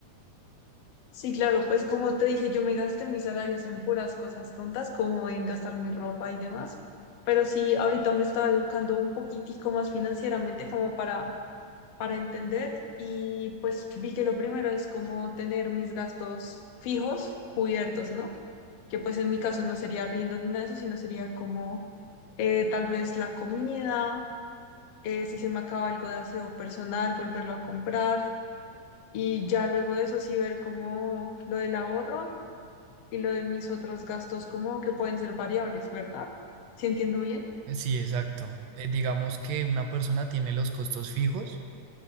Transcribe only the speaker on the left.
Sí, claro, pues como te dije, yo me gasté mis salarios en puras cosas tontas, como en gastar mi ropa y demás. Pero sí, ahorita me estaba educando un poquitico más financieramente como para, para entender y pues vi que lo primero es como tener mis gastos fijos cubiertos, ¿no? Que pues en mi caso no sería riendo ni nada de eso, sino sería como eh, tal vez la comida, eh, si se me acaba algo de aseo personal, volverlo a comprar. Y ya luego de eso sí ver como lo del ahorro y lo de mis otros gastos como que pueden ser variables, ¿verdad? ¿Sí entiendo bien?